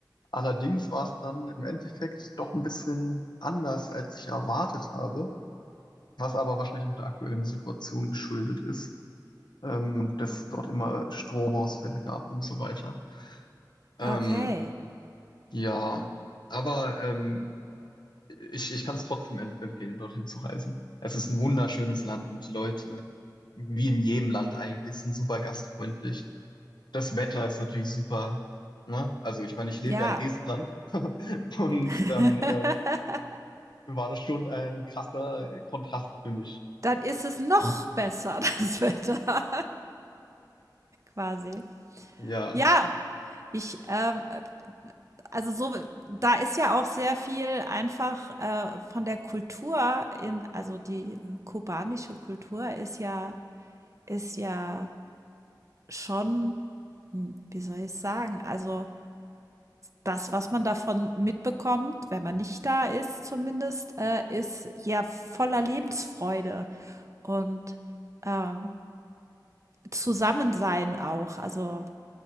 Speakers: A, on the left; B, on the right.
A: Allerdings war es dann im Endeffekt doch ein bisschen anders, als ich erwartet habe, was aber wahrscheinlich auch der aktuellen Situation geschuldet ist, ähm, dass es dort immer Stromausfälle gab und so weiter. Ähm,
B: Okay.
A: ja, aber ähm, ich, ich kann es trotzdem emp- empfehlen, dorthin zu reisen. Es ist ein wunderschönes Land und die Leute, wie in jedem Land eigentlich, sind super gastfreundlich. Das Wetter ist natürlich super. Ne? Also ich meine, ich lebe
B: Ja.
A: ja in Estland <laughs> und
B: <laughs>
A: dann äh, war das schon ein krasser Kontrast für mich.
B: Dann ist es noch besser, das Wetter. <laughs> Quasi.
A: Ja.
B: Ja, Ich, ähm, äh, also so, da ist ja auch sehr viel einfach äh, von der Kultur in, also die äh, kubanische Kultur ist ja, ist ja schon, hm, wie soll ich sagen, also das, was man davon mitbekommt, wenn man nicht da ist zumindest, äh, ist ja voller Lebensfreude und ähm, Zusammensein auch. Also